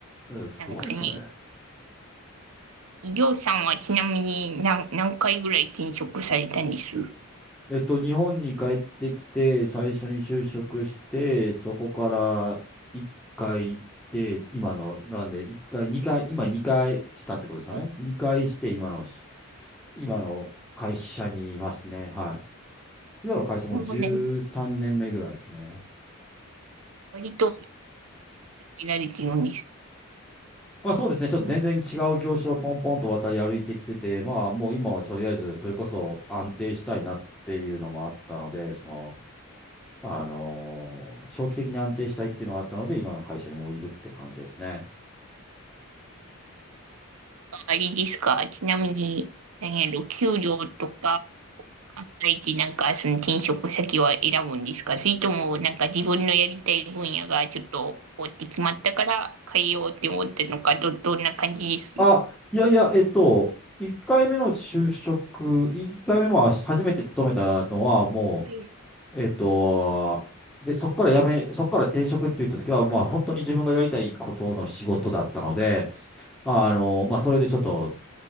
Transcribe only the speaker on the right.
なんかね、りょうさんはちなみに何、何回ぐらい転職されたんです
ここ
もうね、割とピラリティのにして、
うん
あれですか、ちなみに、何やろ、給料とか考えて、なんか、その転職先は選ぶんですかそれとも、なんか自分のやりたい分野がちょっと、ここって決まったから変えようって思ったのか、ど、どんな感じですは
い、